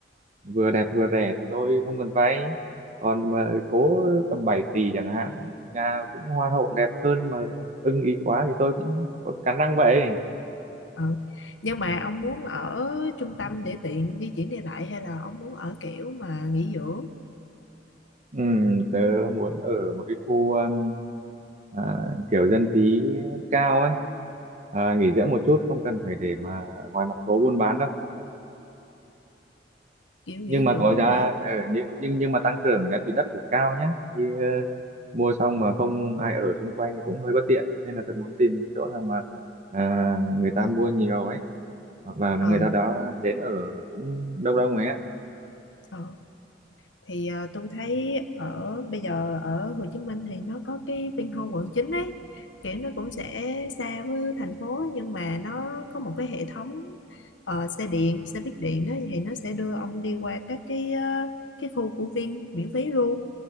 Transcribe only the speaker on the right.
vừa đẹp vừa rẻ thì tôi không cần vay còn mà cố tầm 7 tỷ chẳng hạn nhà cũng hoa hậu đẹp hơn mà ưng ý quá thì tôi cũng có cắn răng vậy
Ừ, tớ muốn ở một cái khu um, à, kiểu dân trí cao ấy à, nghỉ dưỡng một chút không cần phải để mà ngoài mặt phố buôn bán đâu
nhưng mà
có giá
ờ, nhưng nhưng nhưng mà tăng trưởng giá trị đất phải cao nhá chứ ờ, mua xong mà không ai ở xung quanh thì cũng hơi bất tiện nên là tớ muốn tìm cái chỗ nào mà à, người ta mua nhiều ấy hoặc là
người ta đó đến ở cũng đông đông ấy á.